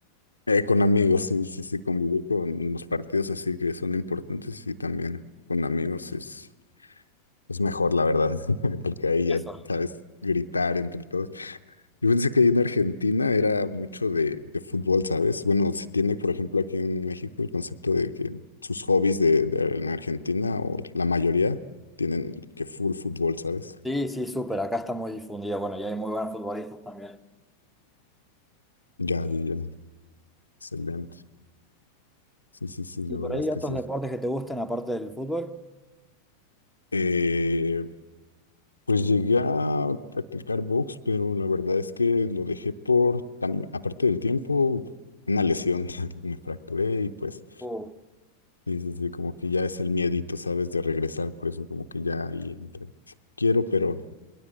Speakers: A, on the left; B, in the centre.
A: Eh, con amigos, sí, sí, sí, convivir con los partidos así que son importantes y también con amigos es, es mejor, la verdad, <laughs> porque ahí
B: Eso.
A: ya sabes gritar entre todos. Yo pensé que ahí en Argentina era mucho de, de fútbol, ¿sabes? Bueno, se tiene, por ejemplo, aquí en México el concepto de que sus hobbies de, de- en Argentina, o la mayoría, tienen que full fútbol, ¿sabes?
B: Sí, sí, súper, acá está muy difundido, bueno, y hay muy buenos futbolistas también.
A: Ya, ya, ya. Excelente. Sí, sí, sí,
B: ¿Y
A: la verdad
B: por ahí
A: es
B: otros
A: que sí.
B: deportes que te gusten aparte del fútbol?
A: Eh, pues llegué a practicar box, pero la verdad es que lo dejé por, tam- aparte del tiempo, una lesión. <laughs> Me fracturé y pues.
B: Uh,
A: Sí, sí, sí, como que ya es el miedito, ¿sabes? De regresar, por eso como que ya ahí entra. Quiero, pero